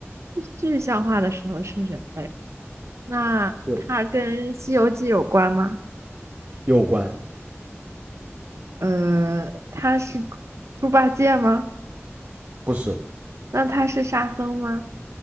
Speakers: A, on the right; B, on the right.
A: 具象化的时候是人类。那他跟《西游记》有关吗？
B: 对，有关，
A: 呃，他是猪八戒吗？
B: 不是，
A: 那他是沙僧吗？